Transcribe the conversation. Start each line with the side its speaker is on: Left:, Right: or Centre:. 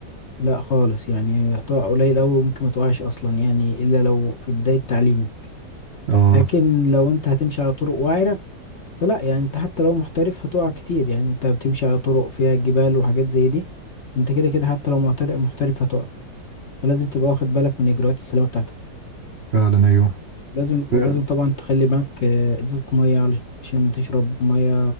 Left: لا خالص يعني هتقع قليل أوي ممكن متقعش أصلا يعني إلا لو في بداية تعليم
Right: اه
Left: لكن لو أنت هتمشي على طرق وعرة فلا يعني انت حتى لو محترف هتقع كتير يعني انت بتمشي على طرق فيها جبال وحاجات زي دي فانت كده كده حتى لو محترف محترف هتقع فلازم تبقى واخد بالك من اجراءات السلامة بتاعتك
Right: فعلا ايوه
Left: لازم ولازم
Right: ف-
Left: طبعا تخلي معاك آه، ازازة مية علشان تشرب مية